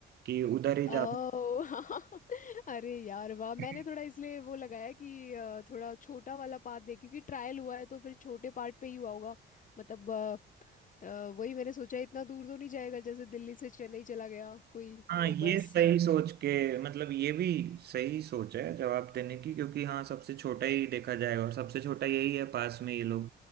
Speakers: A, on the right; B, on the left.
A: कि उधर ही ज्यादा
B: ओह <laughs> हाँ अरे यार वाह
A: <laughs>
B: मैंने थोड़ा इसलिए वो लगाया कि अ, थोड़ा छोटा वाला पार्ट दे क्योंकि ट्रायल हुआ है तो फिर छोटे पार्ट पे ही हुआ होगा मतलब अ, अ, वही मैंने सोचा इतना दूर तो नहीं जाएगा जैसे दिल्ली से चेन्नई चला गया कोई
A: हाँ
B: तो
A: ये
B: बस
A: सही सोच के मतलब ये भी सही सोच है जवाब देने की क्योंकि हाँ सबसे छोटा ही देखा जाएगा और सबसे छोटा यही है पास में ये लोग